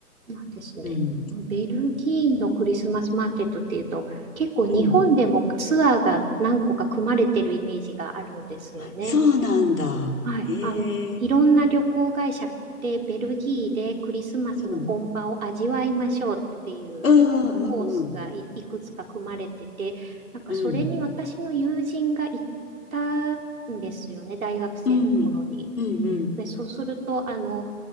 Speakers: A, on the right; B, on the left.
A: そうなんですね。
B: うん。
A: ベルギーのクリスマスマーケットっていうと、結構日本でもツアーが何個か組まれてるイメージがあるんですよね。
B: うん。そうなんだ。
A: はい。
B: ええ
A: あの、いろんな旅行会社ってベルギーでクリスマスの本場を味わいましょうっていう
B: うん。うんうんうんうん。
A: コースがい、いくつか組まれてて、なんかそれに私の友人が行ったんですよね、
B: うん。
A: 大学生の頃に。
B: うん。うんうん。
A: で、そうすると、あの、